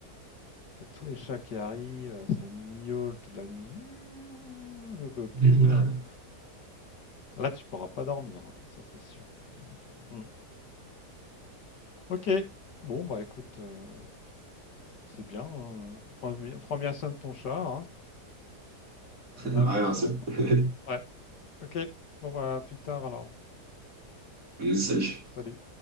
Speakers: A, on the left; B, on the right.
A: T'as tous les chats qui arrivent, euh, ça miaule toute la nuit, euh, tout autour.
B: <laughs>
A: Là, tu pourras pas dormir, hein, ça c'est sûr. Hmm. Ok. Bon, bah écoute, euh, c'est bien. euh, prends bien, prends bien soin de ton chat, hein.
B: Ah, Ouais,
A: Attention.
B: non, c'est... <laughs>
A: Ouais, ok. Bon, bah, à plus tard alors.
B: Salut.
A: Salut.